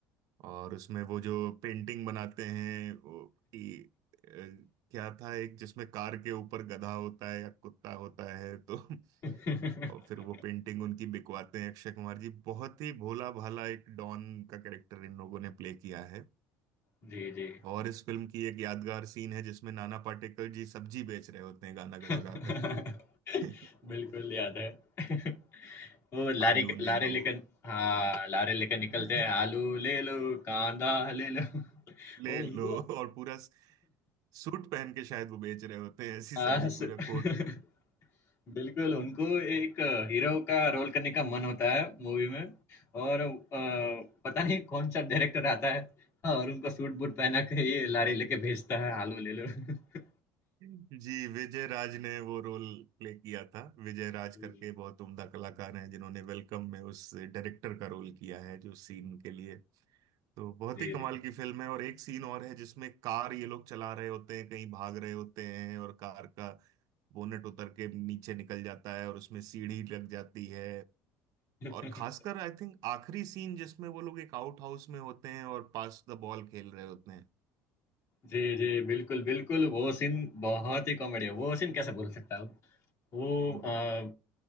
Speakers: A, on the right (about 65°); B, on the left (about 50°).
A: और उसमें वो जो पेंटिंग बनाते हैं वो कि अ, क्या था एक जिसमें कार के ऊपर गधा होता है या कुत्ता होता है तो <laughs>
B: <laughs>
A: और फिर वो पेंटिंग उनकी बिकवाते हैं अक्षय कुमार जी बहुत ही भोला भाला एक डॉन का कैरेक्टर इन लोगों ने प्ले किया है
B: जी, जी।
A: और इस फिल्म की एक यादगार सीन है जिसमें नाना पाटेकर जी सब्जी बेच रहे होते हैं गाना
B: <laughs>
A: गा गा कर <laughs>
B: बिल्कुल याद है। <laughs> वो लारी
A: आलू
B: क लारी
A: ले लो
B: लेकर हाँ, लारी लेकर
A: <laughs>
B: निकलते हैं, आलू ले लो, कांदा ले लो। <laughs>
A: ले
B: वो
A: लो
B: उनको
A: <laughs> और पूरा सूट पहन के शायद वो बेच रहे होते हैं ऐसी
B: हाँ,
A: सब्जी
B: स
A: पूरा
B: <laughs>
A: कोट
B: बिल्कुल, उनको एक हीरो का रोल करने का मन होता है मूवी में और अ, पता नहीं कौन-सा डायरेक्टर आता है हाँ, और उनको सूट-बूट पहना के ये लारी लेके भेजता है, आलू ले लो। <laughs> जी,
A: जी विजय राज ने वो रोल प्ले किया था विजय राज
B: जी।
A: करके बहुत उम्दा कलाकार हैं जिन्होंने वेलकम में उस डायरेक्टर का रोल किया है जो सीन के लिए तो बहुत
B: जी,
A: ही कमाल
B: जी।
A: की फिल्म है और एक सीन और है जिसमें कार ये लोग चला रहे होते हैं कहीं भाग रहे होते हैं और कार का बोनेट उतर के नीचे निकल जाता है और उसमें सीढ़ी लग जाती है और
B: <laughs>
A: खासकर आई थिंक आखिरी सीन जिसमें वो लोग एक आउट हाउस में होते हैं और पास द बॉल खेल रहे होते हैं
B: जी, जी, बिल्कुल, बिल्कुल, वो सीन बहुत ही कॉमेडी है, वो सीन कैसे भूल सकता हूँ। वो
A: हम्म
B: अ,